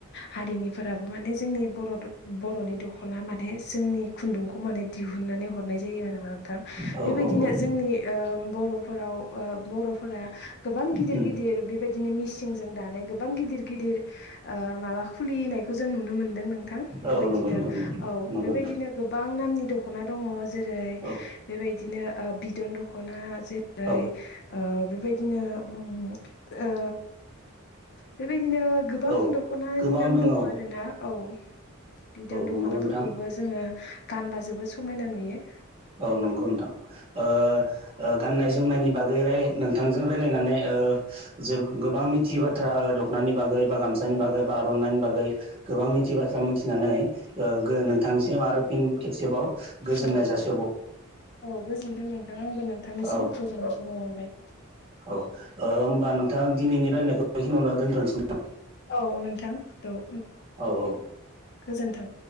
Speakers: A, on the left (about 55°); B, on the right (about 25°).
A: हारिनिफोराबो माने जोंनि बर'नि दख'ना मा माने जोंनि खुन्दुंखौ माने दिहुननानै हरनाय जायो आरो नोंथां
B: औ
A: बेबायदिनो
B: औ औ
A: जोंनि बर'फोराव बर'फोरा गोबां गिदिर
B: उम
A: गिदिर बेबायदिनो मिसिंजों दानाय गोबां गिदिर गिदिर माबा खुलि फनायखौ जों नुनो मोनो। नोंथां बेबायदिनो
B: औ नंगौ नंगौ नंगौ
A: औ
B: नंगौ
A: बेबायदिनो
B: नोंथां
A: गोबां नामनि दख'ना दङ जेरै
B: औ
A: बेबायदि बिदिनो बिदन दखना जेरै
B: औ
A: ओ बेबायदिनो उम ओ बेबाय बिदिनो गोबां
B: औ
A: दख'नानि
B: गोबां
A: नाम दङ
B: औ
A: आरोना औ बिदों दख'नाफोरखौबो
B: नंगौ नोंथां
A: जोङो गानबा जोबोद समायना नुयो।
B: औ नंगौ नोंथां ओ गाननाय जोमनायनि बागै राय नोंथांजों रायलायनानै ओ गोबां मिथियो बाथ्रा दखनानि बागै बा गामानि
A: औ
B: बागै बा आर'नाइनि बागै गोबां मिथियै बाथ्रा मिथिनानै नोंथांसिम
A: औ
B: आरो फिन खेबसेबाव गोजोननाय
A: औ
B: जासि
A: औ गोजोन्थों नोंथां आंबो नोंथांनिसिम
B: औ
A: गोजोननाय <unintelligible> हरबाय।
B: औ होमबा नोंथां दिनैनि रायलायनायखौ बेखिनियावनो दोन्थ'नोसै ना?
A: औ नोंथां थ'।
B: औ औ।
A: गोजोन्थों।